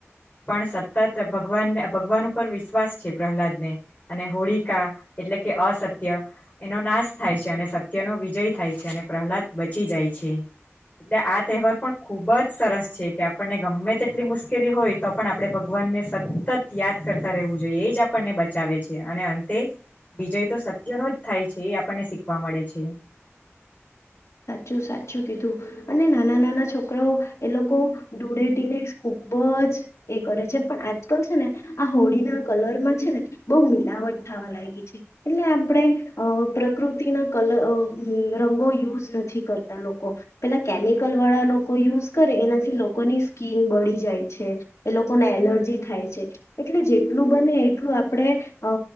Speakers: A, on the left; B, on the left.
A: પણ સતત ભગવાન ભગવાન ઉપર વિશ્વાસ છે પ્રહલાદને અને હોળિકા એટલે કે અસત્ય એનો નાશ થાય છે અને સત્યનો વિજય થાય છે અને પ્રહલાદ બચી જાય છે એટલે આ તહેવાર પણ ખૂબ જ સરસ છે કે આપણને ગમે તેટલી મુશ્કેલી હોય તો પણ આપણે ભગવાનને સતત યાદ કરતા રહેવું જોઈએ એ જ આપણને બચાવે છે અને અંતે વિજય તો સત્યનો જ થાય છે એ આપણને શીખવા મળે છે.
B: સાચું સાચું કીધું અને નાના નાના છોકરાઓ એ લોકો ડૂળેટીને ખૂબ જ એ કરે છે પણ આજકાલ છે ને આ હોળીના કલરમાં છે ને બહુ મિલાવટ થવા લાયગી છે એટલે આપણે અ પ્રકૃતિના કલર અ રંગો યુઝ નથી કરતા લોકો પેલા કેમિકલ વાળા લોકો યુઝ કરે એનાથી લોકોની સ્કીન બળી જાય છે એ લોકોને એલર્જી થાય છે એટલે જેટલું બને એટલું આપણે અ